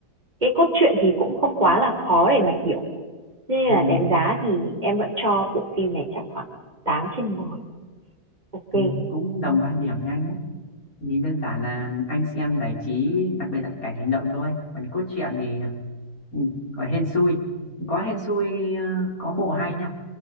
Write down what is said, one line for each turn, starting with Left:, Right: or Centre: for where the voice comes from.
Right: cái cốt truyện thì cũng không quá là khó để mà hiểu. Thế Nên
Left: ừ,
Right: là đánh giá thì em vẫn cho bộ phim này chắc khoảng tám trên mười Ok.
Left: ừ, cũng đồng quan điểm với anh ấy nhìn đơn giản là anh xem giải trí đặc biệt là cảnh hành động thôi còn cốt truyện thì ừ, gọi hên xui có hên xui ờ, có bộ hay nha